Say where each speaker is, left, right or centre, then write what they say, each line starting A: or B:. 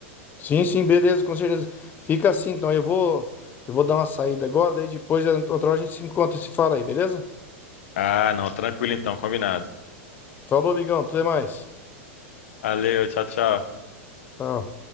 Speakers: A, on the left; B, on the left.
A: Sim, sim, beleza, com certeza. Fica assim, então eu vou eu vou dar uma saída agora, daí depois outra hora a gente se encontra e se fala aí, beleza?
B: Ah, não, tranquilo então, combinado.
A: Falou, amigão. Tudo é mais.
B: Valeu, tchau, tchau.
A: Tchau.